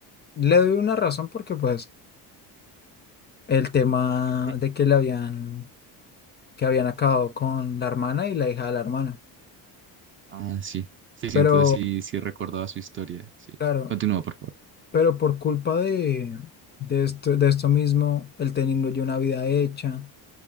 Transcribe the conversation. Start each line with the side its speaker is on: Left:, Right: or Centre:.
Left: le doy una razón porque pues el tema
Right: Sí.
Left: de que le habían, que habían acabado con la hermana y la hija de la hermana.
Right: Ah, sí. Sí, sí,
Left: Pero,
Right: entonces sí, sí recordaba su historia. Sí.
Left: claro,
Right: Continúa, por favor.
Left: pero por culpa de, de esto, de esto mismo, él teniendo ya una vida hecha,